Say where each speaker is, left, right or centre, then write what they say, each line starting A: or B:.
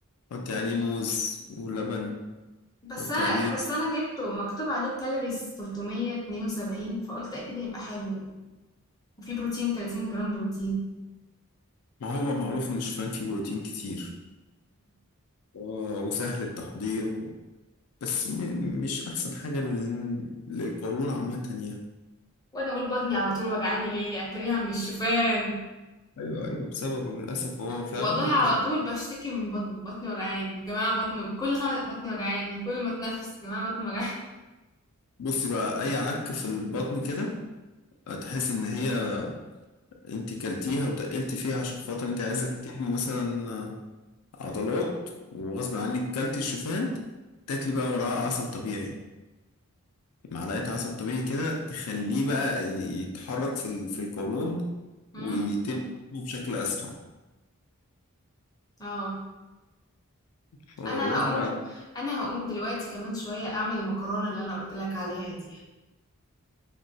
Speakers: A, on the left; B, on the left.
A: حطي عليه موز ولبن
B: بس
A: حطي
B: انا
A: عليه
B: بس انا جبته مكتوب عليه كالوريز 372 فقلت اكيد هيبقى حلو يعني وفي بروتين 30 جرام بروتين
A: ما هو معروف ان الشوفان فيه بروتين كتير و- وسهل التحضير و- بس م- مش احسن حاجة لل- للقولون عامة يعني
B: وانا اقول بطني على طول وجعاني ليه اتريها من الشوفان
A: ايوه ايوه بسببه للاسف هو فعلا
B: والله
A: متعب
B: على طول بشتكي من بطني بطني وجعاني يا جماعه بطني كل خم... بطني وجعاني كل ما اتنفس يا جماعه بطني وجعاني
A: بصي بقى اي عك في البطن كده تحس ان هي انت كلتيها وتقلتي فيها عشان خاطر انت عايزه تحمي مثلا عضلات وغصب عنك كلتي الشوفان تاكلي بقى وراها عسل طبيعي معلقة عسل طبيعي كده تخليه بقى يتحرك في ال- في القولون
B: <laughs>
A: ويتم
B: أمم.
A: بشكل أسرع
B: اه
A: فغصب
B: انا هقوم
A: عنك
B: انا هقوم دلوقتي كمان شويه اعمل المكرونه اللي انا قلت لك عليها دي